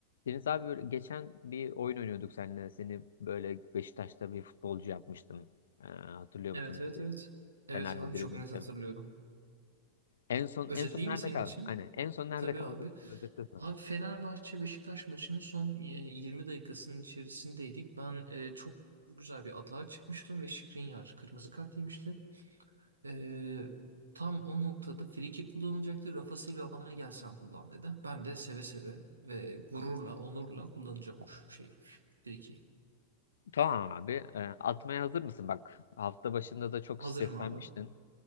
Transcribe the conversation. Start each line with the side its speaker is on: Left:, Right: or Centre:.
Left: Deniz abi böyle geçen bir oyun oynuyorduk seninle. Seni böyle Beşiktaş'ta bir futbolcu yapmıştım. Ee, hatırlıyor
Right: Evet
Left: musun?
Right: evet
Left: Böyle bir
Right: evet. Evet
Left: senaryo
Right: abi
Left: dribbling
Right: çok net hatırlıyorum.
Left: challenge. En son
Right: Özetleyeyim
Left: en son nerede
Right: mi senin
Left: kaldı?
Right: için?
Left: Hani en son nerede
Right: Tabii
Left: kaldık?
Right: abi.
Left: Özetle sana.
Right: Abi Fenerbahçe Beşiktaş maçının son e, 20 dakikasının içerisindeydik. Ben e, çok güzel bir atağa çıkmıştım ve Skriniar kırmızı kart yemişti. E, tam o noktada free kick kullanılacaktı Rafa Silva bana gel sen kullan dedi. Ben de seve seve ve gururla, onurla kullanacağım o şeyi. free Frikiği.
Left: Tamam abi. Ee, atmaya hazır mısın? Bak hafta başında da çok
Right: Hazırım
Left: streslenmiştin.
Right: abi.